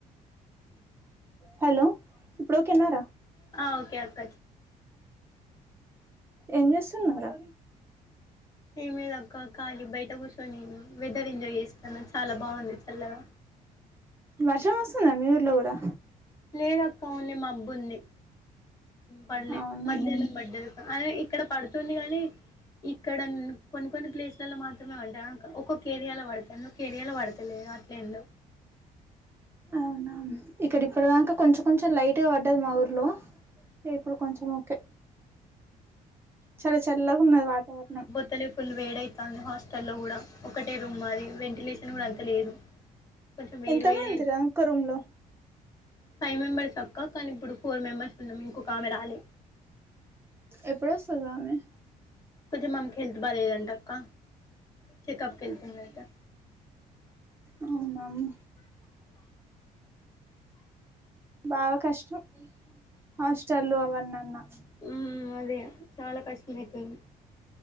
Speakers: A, on the right (about 15°); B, on the left (about 25°).
A: హలో ఇప్పుడు ఓకేనార
B: హా ఓకే అక్క
A: ఎంచేస్తున్నావ్ రా
B: ఏం లేదు అక్క ఖాలీ బయట కూర్చొని వెదర్ ఎంజాయ్ చేస్తానా చాలా బాగుంది చల్లగా
A: వర్షం వస్తుందా మీ ఊర్లో కూడా
B: లేదక్క ఓన్లీ మబ్బుంది పల్లే
A: అవును
B: మద్యలో పడ్డది అదే ఇక్కడ పడుతుంది గాని ఇక్కడ కొన్ని కొన్ని ప్లేస్లలో మాత్రమే పడ్డదా ఒక్కొక్క ఏరియాలో పడుతంది ఏరియాలో పడతలే అట్లా ఏందో
A: అవునా ఇక్కడ ఇప్పుడదంకా కొంచెం కొంచెం లైట్ గా పడ్డది మా ఊర్లో ఓకే ఇప్పుడు కొంచెం
B: అవునా
A: ఓకే చాలా చల్లగా ఉన్నది వాతావరణం
B: అసలే ఫుల్ వేడ అవుతుంది హాస్టల్లో కూడా ఒకటే రూమ్ మాది వెంటిలేషన్ కూడా అంత లేదు కొంచం వేడి
A: ఎంత
B: వేడే
A: మందిరా ఒక్క రూమ్ లో
B: ఫైవ్ మెంబర్స్ అక్క కానీ ఇప్పుడు ఫోర్ మెంబర్స్ ఉన్నాం ఇంకొకామె రాలే
A: ఎప్పుడు వస్తాది అమె
B: కొంచెం ఆమెకి హెల్త్ బాగాలేదంట అక్క చెకప్కి వెళ్తుంది అంట
A: అవునామ్ బాగా కష్టం హాస్టల్ అవన్నాన్న
B: ఉమ్ అదే చాలా కష్టం అయితది